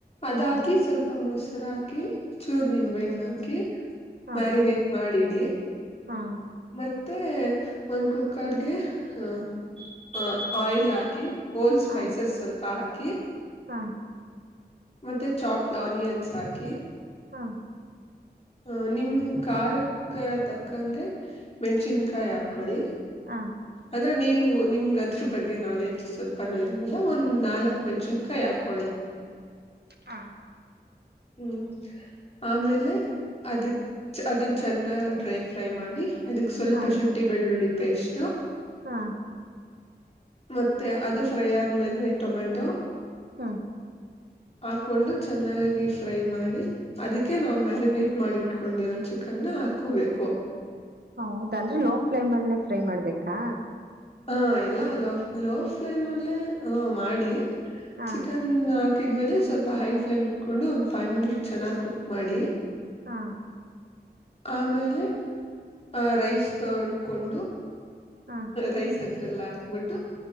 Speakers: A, on the left; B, on the right.
A: ಅದ್ ಹಾಕಿ
B: ಹಾ
A: ಸ್ವಲ್ಪ ಮೊಸರು ಹಾಕಿ. ಚೂರ್ ನಿಂಬೆಣ್ಣು ಹಾಕಿ
B: ಹಾ
A: ಮ್ಯಾರಿನೇಟ್ ಮಾಡಿಡಿ
B: ಹಾ
A: ಮ ತ್ತೆ ಒಂದ್ ಕುಕ್ಕರ್ಗೆ ಅ ಆಯಿಲ್ ಹಾಕಿ. ವೋಲ್ ಸ್ಪೈಸಸ್
B: ಹಾ
A: ಸ್ವಲ್ಪ ಹಾಕಿ.
B: ಹಾ
A: ಮತ್ತೆ ಚಾಪ್ಡ್ ಆನಿಯನ್ಸ್ ಹಾಕಿ.
B: ಹಾ
A: ಹ ನಿಮ್ ಖರಕ್ಕೆ ತಕ್ಕಂಗೆ ಮೆಣ್ಸಿನ್ಕಾಯಿ ಹಾಕೊಳ್ಳಿ.
B: ಹಾ
A: ಅಂದ್ರೆ ನೀವು ನಿಮಗದ್ರ ಬಗ್ಗೆ ನಾಲೆಜ್ ಸ್ವಲ್ಪನೂ ಇಲ್ವಲ್ಲ ಒಂದ್ ನಾಲ್ಕ್ ಮೆಣಸನ್ಕಾಯಿ ಹಾಕೊಳ್ಳಿ.
B: ಹಾ
A: ಹ್ಮ್ ಆಮೇಲೆ ಅದಕ್ ಅದನ್ ಚೆನ್ನಾಗ್ ಡ್ರೈ ಫ್ರೈ ಮಾಡಿ ಅದಕ್ ಸ್ವಲ್ಪ
B: ಹಾ
A: ಶುಂಠಿ ಬೆಳ್ಳುಳ್ಳಿ ಪೇಸ್ಟು.
B: ಹಾ
A: ಮತ್ತೆ ಅದು ಫ್ರೈ ಆದ್ಮೇಲೆ ಟೊಮೆಟೊ.
B: ಹ್ಮ್
A: ಹಾಕೊಂಡು ಚೆನ್ನಾಗಿ ಫ್ರೈ ಮಾಡಿ ಅದಕ್ಕೆ ನಾವ್ ಮ್ಯಾರಿನೇಟ್ ಮಾಡಿ ಇಟ್ಕೊಂಡಿರೋ ಚಿಕನ್ ನ ಹಾಕೋಬೇಕು.
B: ಹೌದ ಅಂದ್ರೆ ಲೋ ಫ್ಲೇಮ್ ಅಲ್ಲೇ ಫ್ರೈ ಮಾಡ್ಬೇಕಾ.
A: ಹಾ ಎಲ್ಲಾ ಲೋ ಲೋ ಫ್ಲೇಮ್ ಅಲ್ಲೇ ಹ ಮಾಡಿ
B: ಹಾ
A: ಚಿಕನ್ ಕ್ಕಿದ್ಮೇಲೆ ಸ್ವಲ್ಪ ಹೈ ಫ್ಲೇಮ್ ಇಟ್ಕೊಂಡು ಒಂದು ಫೈವ್ ಮಿನಿಟ್ಸ್ ಚೆನ್ನಾಗಿ ಕುಕ್ ಮಾಡಿ.
B: ಹಾ
A: ಆಮೇಲೆ ಆ ರೈಸ್ ತೊಳ್ಕೊಂಡು.
B: ಹಾ
A: ರೈಸ್ ಅದ್ರಲ್ಲ ಹಾಕ್ಬಿಟ್ಟು